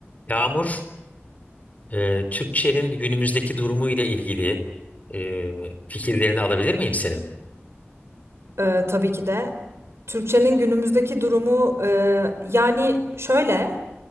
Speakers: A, on the left; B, on the right.
A: Yağmur, e, Türkçenin günümüzdeki durumu ile ilgili e, fikirlerini alabilir miyim senin?
B: Ee, tabii ki de. Türkçenin günümüzdeki durumu e, yani şöyle